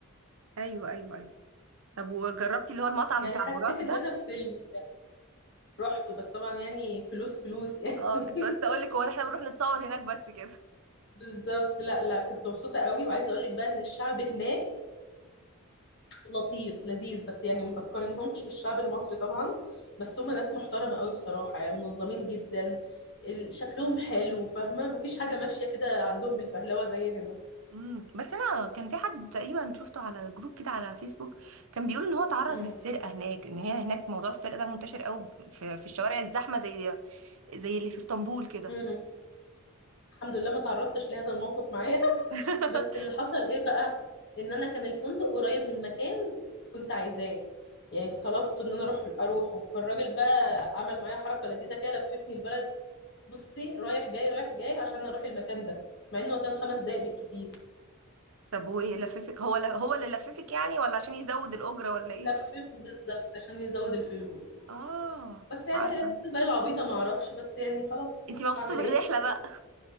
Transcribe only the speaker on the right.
ايوه ايوه ايوه طب وجربتي اللي هو المطعم
بتاع
بوراك
ده
اه
كنت لسه اقول لك هو ده احنا بنروح نتصور هناك بس كده
امم بس انا كان في حد تقريبا شفته على جروب كده على فيسبوك كان بيقول ان هو اتعرض
للسرقة هناك ان هي هناك موضوع السرقة ده منتشر قوي في في الشوارع الزحمة زي زي اللي في اسطنبول كده
<laughs>
طب هو ايه لففك هو ل... هو اللي لففك يعني ولا عشان يزود الأجرة ولا ايه
اه
عارفة
انتي مبسوطة
بالرحلة بقى